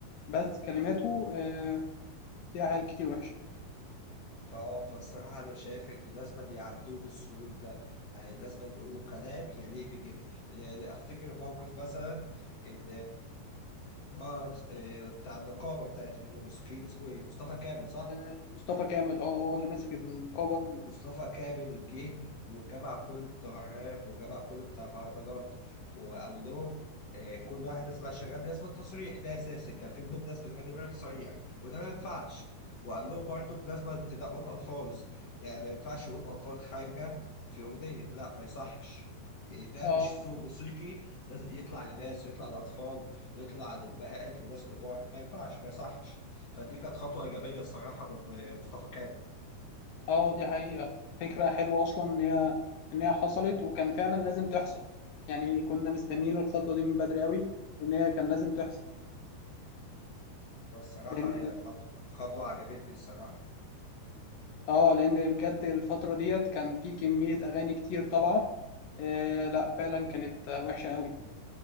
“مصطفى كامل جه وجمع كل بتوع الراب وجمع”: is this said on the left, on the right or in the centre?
Left